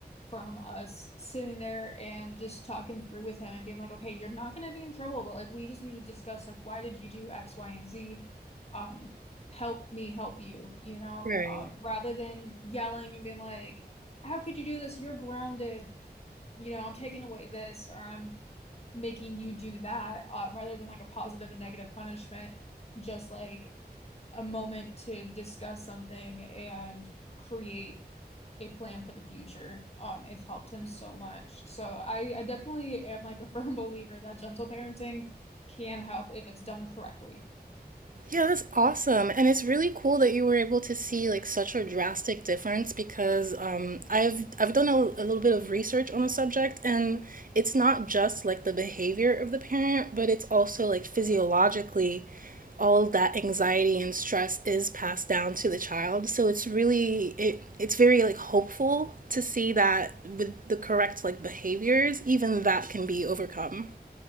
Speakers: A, on the left; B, on the right.
A: from us sitting there and just talking through with him and being like, okay, you're not going to be in trouble, but like we just need to discuss like why did you do X, Y, and Z? Um, help me help you, you know?
B: Right.
A: Um, rather than yelling and being like, how could you do this? You're grounded. You know, I'm taking away this or I'm making you do that uh, rather than like a positive and negative punishment, just like a moment to discuss something and create a plan for the future. Um, it's helped him so much. So I, I definitely am like a <laughs> firm believer that gentle parenting can help if it's done correctly.
B: Yeah, that's awesome. And it's really cool that you were able to see like such a drastic difference because um, I've I've done a, a little bit of research on the subject and it's not just like the behavior of the parent, but it's also like physiologically all that anxiety and stress is passed down to the child. So it's really it it's very like hopeful to see that with the correct like behaviors, even that can be overcome.